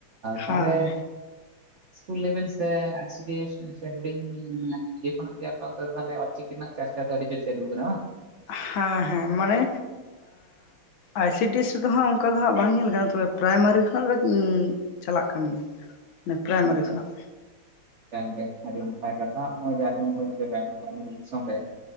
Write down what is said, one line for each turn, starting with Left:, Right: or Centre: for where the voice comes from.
Right: ᱛᱟᱦᱚᱞᱮᱼᱼ
Left: ᱦᱮᱸ
Right: ᱥᱚᱠᱩᱞ ᱞᱮᱵᱮᱞ ᱥᱮ ᱟᱭᱥᱤᱮᱥ ᱦᱩᱰᱤᱧ ᱤᱭᱟ ᱠᱷᱚᱱᱟᱜ ᱜᱮ ᱟᱯᱮ ᱚᱱᱛᱮ ᱫᱚ ᱟᱞᱼᱪᱤᱠᱤᱼᱼ ᱪᱤᱠᱤᱱᱟ ᱪᱟᱨᱪᱟ ᱫᱚ ᱟᱰᱤ ᱡᱳᱨ ᱪᱟᱞᱩ ᱠᱟᱱᱟ ᱵᱟᱝ?
Left: ᱦᱮᱸ ᱦᱮᱸ ᱢᱟᱱᱮ, ᱟᱭᱥᱤᱰᱤᱭ ᱮᱥ ᱨᱮ ᱦᱜ ᱚᱱᱠᱟ ᱫᱚ ᱦᱜ ᱵᱟᱝ ᱧᱮᱞ ᱠᱟᱱᱟ ᱛᱚᱵᱮ ᱯᱨᱟᱭᱢᱟᱨᱤ ᱠᱷᱚᱱᱟᱜ ᱫᱚᱼᱼ ᱤ ᱪᱟᱞᱟᱜ ᱠᱟᱱ ᱜᱮᱭᱟ᱾ ᱯᱨᱟᱭᱢᱟᱨᱤ
Right: ᱟᱪᱪᱷᱟ
Left: ᱠᱷᱚᱱᱟᱜ
Right: ᱾ ᱠᱟᱱ ᱜᱮ ᱟᱹᱰᱤ ᱱᱟᱯᱟᱭ ᱠᱟᱛᱷᱟ ᱱᱚᱜ ᱚᱭ ᱡᱮ ᱟᱸᱡᱚᱢ ᱦᱩᱭᱱᱟ ᱡᱮ ᱵᱟᱝ ᱟᱵ ᱫᱤᱥᱚᱢ ᱨᱮᱼᱼ